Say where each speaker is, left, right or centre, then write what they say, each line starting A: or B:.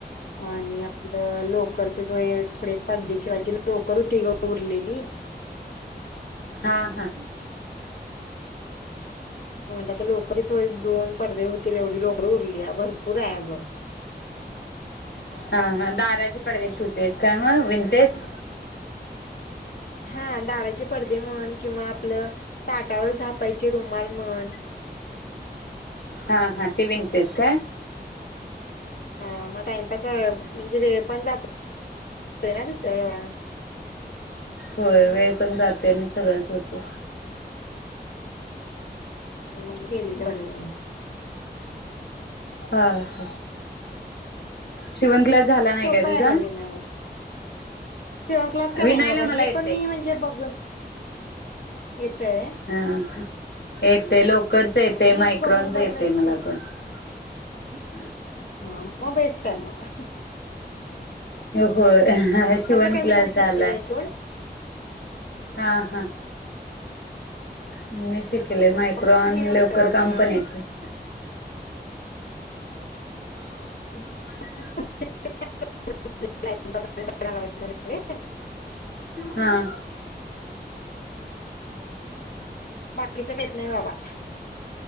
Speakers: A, on the left; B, on the left.
A: आणि आपलं लोकर <unintelligible> थोडे पडदे शिवायचे लोकर होती गं उरलेली.
B: हा हा
A: म्हटल लोक <unintelligible> दोन पडदे होतील एवढी लोकर उरल्या भरपूर हाय आगं.
B: हा हा दाराचे पडदे शिवतेस काय मग विणतेस?
A: हा दाराचे पडदे म्हण किंवा आपलं ताटावर झापायचे रुमाल म्हण.
B: ह ह ते विनतेस काय?
A: हा मग टाइमपास म्हणजे वेळ पण जात हो ना तिथ तेवढा
B: होय वेळ पण जाते आणि सगळंच होतय.
A: म्हणून केलेल बरं.
B: ह ह शिवन क्लास झाला नाही
A: सोप
B: काय
A: हाय
B: तुझा?
A: आगं विणायला. शिवणक्लास का
B: विनायला
A: नाही बाबा
B: मला
A: हे
B: येतय
A: पण मी म्हणजे बघून. येतय
B: हं ह येते लोकरच येते
A: मग
B: मायक्रॉनच
A: बघून बघूनच
B: येतय मला
A: शिकले
B: पण. <inaudible>
A: हा म बेस्ट आहे म.
B: होय. शिवण
A: काय मी
B: क्लास
A: कधी केलेलं
B: झालाय.
A: आहे सोड
B: हा हा मी शिक -- कले मायक्रॉन
A: फक्त हे एवढं
B: लोकर
A: आपलं
B: काम पण येतय. <inaudible> <inaudible>
A: <inaudible> <inaudible> <unintelligible>
B: हां.
A: बाकीच काहीत नाही बाबा.